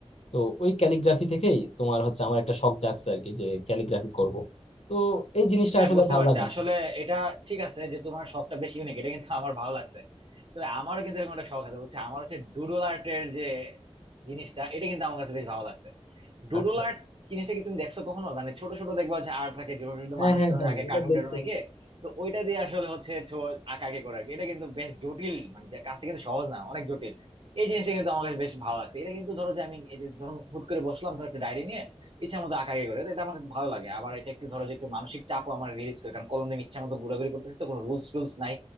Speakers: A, on the left; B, on the right.
A: তো ওই ক্যালিগ্রাফি থেকেই তোমার হচ্ছে আমার একটা শখ জাগছে আর কি যে ক্যালিগ্রাফি করব তো এই জিনিসটা
B: হ্যাঁ
A: আসলে
B: বুঝতে
A: ভালো
B: পারছি
A: লাগে আর
B: আসলে
A: কি
B: এটা ঠিক আছে যে তোমার শখটা বেশ ইউনিক এটা কিন্তু আমার ভালো লাগছে তবে আমারও কিন্তু এরকম একটা শখ আছে বুঝছো আমার হচ্ছে ডুডল আর্টের যে জিনিসটা এটা কিন্তু আমার কাছে বেশ ভালো লাগছে ডুডল
A: আচ্ছা
B: আর্ট জিনিসটা কি তুমি দেখছো কখনো মানে ছোট ছোট দেখবা হচ্ছে আর্ট থাকে ছোট ছোট
A: হ্যাঁ
B: মানুষ
A: হ্যাঁ
B: টানুষ
A: হ্যাঁ
B: আঁকে
A: এটা
B: কার্টুন
A: দেখছি
B: টার্টুন আঁকে তো ওইটা দিয়ে আসলে হচ্ছে ছো- আঁকাআঁকি করে আর কি। এটা কিন্তু বেশ জটিল মানে যে কাজটা কিন্তু সহজ না অনেক জটিল এই জিনিসটা কিন্তু আমার কাছে বেশ ভালো লাগছে এটা কিন্তু ধরো যে আমি এই যে যখন হুট করে বসলাম ধর একটা ডায়েরি নিয়ে ইচ্ছা মতো আঁকাআঁকি করে তো এটা আমার কাছে ভালো লাগে আবার এটা একটু ধরো যে একটু মানসিক চাপও আমার রিলিজ করে কারণ কলম দিয়ে আমি ইচ্ছা মতো ঘোরাঘুরি করতেছি তো কোনো রুলস টুলস নাই